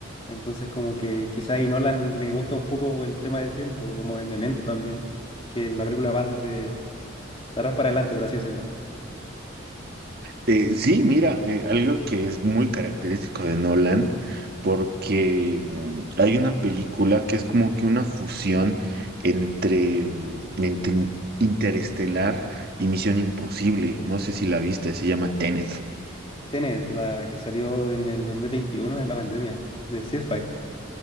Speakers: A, on the left (about 25°); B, on the right (about 50°).
A: Entonces, como que quizá a Nolan le gusta un poco el tema del tiempo, como el Memento también, que la película va de, de atrás para adelante, por así decirlo.
B: Eh, sí, mira, eh, algo que es muy característico de Nolan, porque mm, hay una película que es como que una fusión entre, mm, entre Interestelar y Misión Imposible. No sé si la viste, se llama Tenet.
A: Tenet, la que salió en el 2021 en la pandemia, de sci